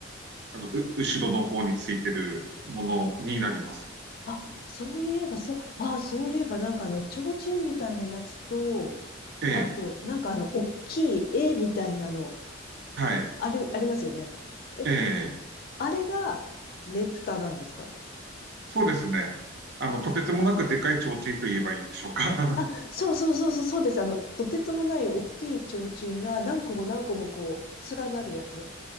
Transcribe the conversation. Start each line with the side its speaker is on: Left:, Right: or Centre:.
Right: あの、う後ろの方についてるものになります。
Left: あ、そういえば、そう、ああ、そういえば、なんかあの、提灯みたいなやつと、
Right: ええ、
Left: あと、なんかあの、大きい絵みたいなの、
Right: はい、
Left: あれ、ありますよね。え、
Right: ええ。
Left: あれが、ねぷたなんですか
Right: そうですね。あの、とてつもなくでかい提灯と言えばいいんでしょうか。<laughs>
Left: あ、そうそうそうそう、そうです。あの、とてつもない大きい提灯が何個も何個もこう、連なるやつ。